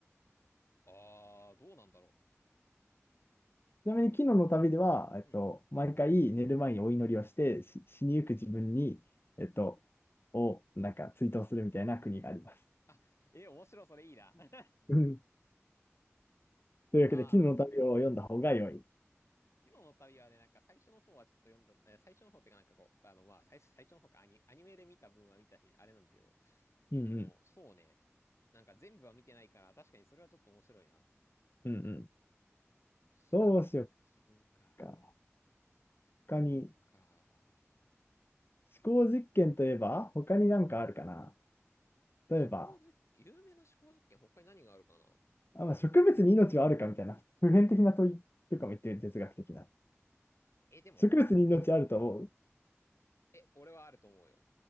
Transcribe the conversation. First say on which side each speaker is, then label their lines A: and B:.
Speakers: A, on the left; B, on the left.
A: ああ、どうなんだろ
B: ちなみに昨日の旅では、えっと、
A: う。うん。
B: 毎回寝る前にお祈りをして、し死にゆく自分に、えっと、をなんか追悼するみたいな国があります。
A: あ、えー、面白い、それいいな。<laughs>
B: うん。というわけで、
A: ああ、
B: 絹の旅を読んだ方が良い。
A: 昨日の旅はね、なんか最初の方はちょっと読んだ、えー最初の方っていうかなんかこう、あの、まあ、最初、最初の方か、アニ、アニメで見た分は見たし、あれなんだけど。
B: うんうん。
A: でも、そうね。なんか全部は見てないから、確かにそれはちょっと面白いな。
B: うんうん。
A: 死にゆく自分か。
B: どうしよっか。
A: そうか。
B: 他に、思考実験といえば、他になんかあるかな。例えば、
A: 思考実験、有名な思考実験、他に何があるかな
B: あ、まあ、植物に命はあるかみたいな、普遍的な問いとかも言ってる哲学的な。
A: え、でもこれは、
B: 植物に命あると思う
A: え、俺はあると思うよ。